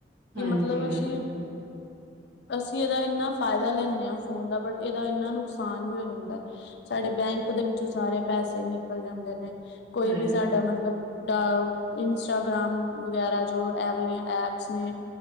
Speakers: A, on the left; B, on the right.
A: ਕਿ
B: ਹਾਂਜੀ,
A: ਮਤਲਬ ਅਸੀਂ
B: ਹਾਂਜੀ,
A: ਅਸੀਂ ਇਹਦਾ ਇੰਨਾ ਫਾਇਦਾ ਲੈਂਣੇ ਆ ਫੋਨ ਦਾ ਬਟ ਇਹਦਾ ਇੰਨਾ ਨੁਕਸਾਨ ਵੀ ਹੋ ਜਾਂਦਾ। ਸਾਡੇ ਬੈਂਕ ਦੇ ਵਿੱਚੋਂ ਸਾਰੇ ਪੈਸੇ ਨਿਕਲ ਜਾਂਦੇ ਨੇ। ਕੋਈ
B: ਹਾਂਜੀ।
A: ਵੀ ਸਾਡਾ ਮਤਲਬ ਡ ਇੰਸਟਾਗ੍ਰਾਮ ਵਗੈਰਾ ਜੋ ਐ ਵਾਲੀਆਂ ਐਪਸ ਨੇ